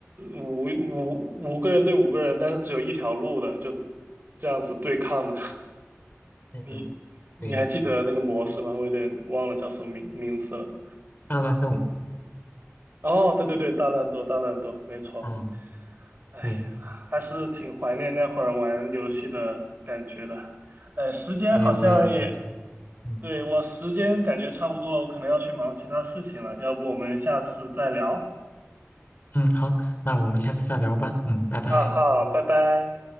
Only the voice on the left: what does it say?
嗯，
对，
大乱斗，
嗯，
对，
对，我也是，嗯
嗯，好，那我们下次再聊吧，嗯，拜拜。